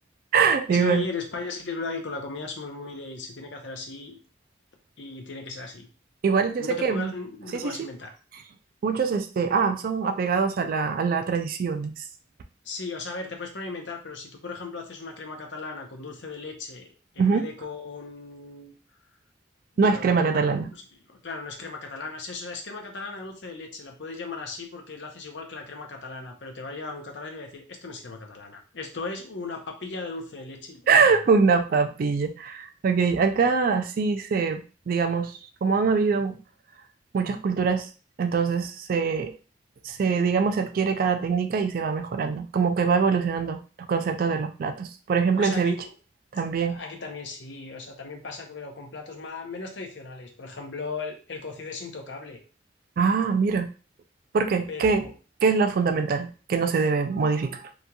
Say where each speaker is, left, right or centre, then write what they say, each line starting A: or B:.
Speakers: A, on the right; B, on the left.
A: <laughs>
B: Es
A: Igual,
B: que aquí en España sí que es verdad que con la comida somos muy de... Se tiene que hacer así y tiene que ser así.
A: igual yo
B: No
A: sé
B: te
A: que...
B: pongas, no
A: Sí,
B: te
A: sí,
B: pongas
A: sí.
B: a inventar.
A: Muchos, este, ah, son apegados a la, a las tradiciones.
B: Sí, o sea, a ver, te puedes poner a inventar, pero si tú, por ejemplo, haces una crema catalana con dulce de leche en
A: Ujú.
B: vez de con Bueno,
A: No es crema
B: con una,
A: catalana,
B: no sé qué lleva. claro, una crema catalana. Sí, eso, es crema catalana de dulce de leche. La puedes llamar así porque la haces igual que la crema catalana, pero te va a llegar un catalán y te va a decir, esto no es crema catalana. Esto es una papilla de dulce de leche y ya está.
A: <laughs> una papilla. Ok, acá sí se, digamos, como han habido muchas culturas, entonces se, se, digamos, se adquiere cada técnica y se va mejorando, como que va evolucionando los conceptos de los platos. Por ejemplo,
B: O
A: el
B: sea,
A: ceviche
B: aquí,
A: también.
B: aquí también sí. O sea, también pasa pero con platos más, menos tradicionales. Por ejemplo, el, el cocido es intocable,
A: Ah, mira, ¿por qué?
B: pero
A: ¿Qué, qué es lo fundamental que no se debe modificar?